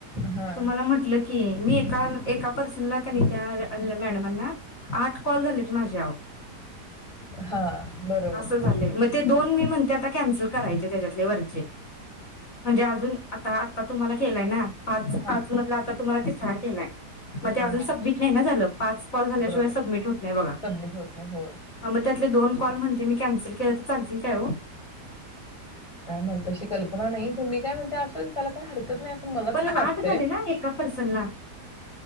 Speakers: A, on the left (about 15°); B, on the left (about 50°).
A: हा
B: तुम्हाला म्हटलं की मी एका एका पर्सनला कनी त्या र ल मॅड मॅडमांना आठ कॉल झालेत माझे आहो
A: हा बरोबर
B: असं झालंय मग ते दोन मी म्हणते आता कॅनसल करायचे त्याच्यात ले वरचे म्हणजे अजून आता आता तुम्हाला केलाय ना पाच-पाच
A: हा
B: मधलं आता तुम्हाला तीस छान केलाय म ते
A: हा
B: अजून
A: हा
B: सबमिट नाही ना झाल पाच कॉल झाल्याशिवाय
A: बरोबर
B: सबमिट होत नाही बघा
A: सबमिट होत नाही होय
B: हा म त्यातले दोन कॉल म्हणते मी कॅन्सल केलं तर चालतील काय हो
A: काय म्हल तशी कल्पना नाही. मी काय म्हणतोय असुदे त्याला काय हरकत नाही असं मला
B: पण
A: तरी वाटतंय
B: आठ झाले ना एका पर्सनला